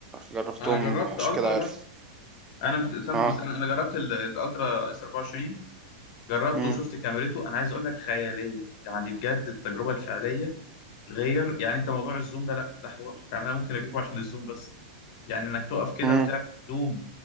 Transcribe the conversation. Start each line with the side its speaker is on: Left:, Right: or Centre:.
Right: جربتهم
Left: انا جربت
Right: عشان
Left: الترا
Right: كده عارف
Left: ده انا مس- سام-
Right: اه
Left: بس انا أنا جربت ال- الالترا اس 24 جربته
Right: امم
Left: وشفت كاميرته انا عايز اقول لك خياليه يعني بجد التجربه الفعليه غير يعني انت موضوع الزوم ده لا ده حوار يعني انا ممكن اجيبه عشان الزوم بس يعني انك تقف كده
Right: امم
Left: وتعمل زوم